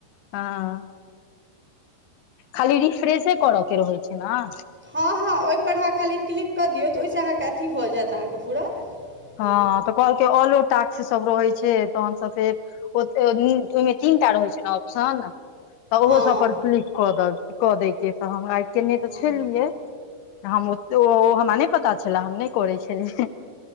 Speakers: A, on the left; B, in the centre.
A: हां। खाली रिफ्रेशे करा के रहै छै नै?
B: हां-हां ओय पर अहाँ खाली क्लिक कऽ दियौ तऽ ओय से अहाँके अथी भऽ जाएत अहाँके पूरा, हां।
A: हँ तऽ कहलकै ऑलो टाक्स ई सब रहै छै तहन से फेर ओता उम्म ओय मे तीनटा रहै छै नै ऑप्शन? तऽ
B: हँ
A: उहो सब पर क्लिक कऽ द कऽ क दै के तऽ हम आय केने
B: हँ
A: तऽ छलियै। हम ओ ओ हमरा नै पता छलै हम न करै छलिए।